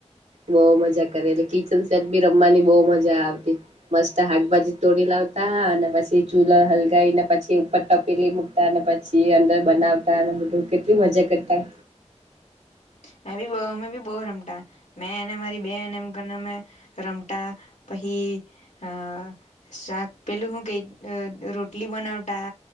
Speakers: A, on the right; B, on the left.
A: બો મજા કરેલી કિચન સેટ બી રમવાની બબો મજા આવતી મસ્ત હાકભાજી તોડી લાવ અને પછી ચૂલા હલગાવીને પછી ઉપર ટપીલી મૂકતા ને પછી અંદર બનાવતા બધું કેટલી મજા કરતા.
B: હમ મેં બી અમે બી બહુ રમતા મેં એને મારી બેને એમ કરીને અમે રમતા પહી અ શાક પેલું હું કેય રોટલી બનાવતા